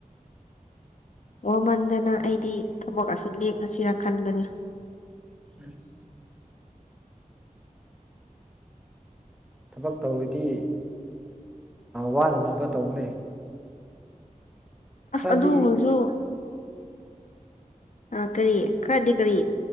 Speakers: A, on the left; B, in the centre.
A: ꯃꯃꯟꯗꯅ ꯑꯩꯗꯤ ꯊꯕꯛ ꯑꯁꯤ ꯂꯦꯞꯅ ꯁꯤꯔꯛ ꯈꯟꯕꯅꯦ
B: ꯎꯝ ꯊꯕꯛ ꯇꯧꯔꯤꯗꯤ ꯋꯥꯗꯅꯕ ꯇꯧꯕꯅꯦ
A: ꯑꯁ
B: ꯈꯔꯗꯤ
A: ꯑꯗꯨ ꯑꯣꯏꯔꯁꯨ ꯑ ꯀꯔꯤꯌꯦ ꯈꯔꯗꯤ ꯀꯔꯤ